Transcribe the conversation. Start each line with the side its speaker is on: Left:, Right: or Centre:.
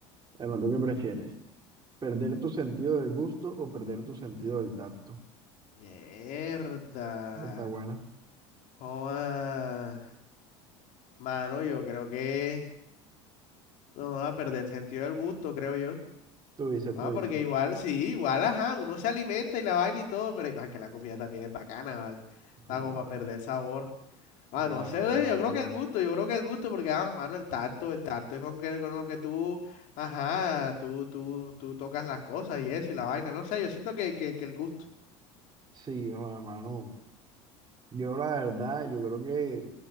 Right: Bueno, ¿tú qué prefieres? ¿Perder tu sentido del gusto o perder tu sentido del tacto?
Left: Mierda.
Right: Esta Está buena.
Left: Joda. Mano, yo creo que no va a perder el sentido del gusto, creo
Right: Tú dices,
Left: Ah,
Right: tú dices.
Left: porque igual, sí, igual, ajá, uno se alimenta y la vaina y todo, pero ay, que la comida también es bacana, ¿vale? Está
Right: No,
Left: como
Right: ah,
Left: para perder sabor.
Right: claro,
Left: Ah, no sé, ve,
Right: hermano,
Left: yo creo
Right: pero
Left: que el gusto, yo creo que el gusto, porque, ah, mano, el tacto, el tacto es con, que, con lo que tú, ajá, tú, tú, tú tocas las cosas y eso y la vaina, no sé, yo siento que, que, que el gusto.
Right: sí, joda, mano. Yo la verdad, yo creo que,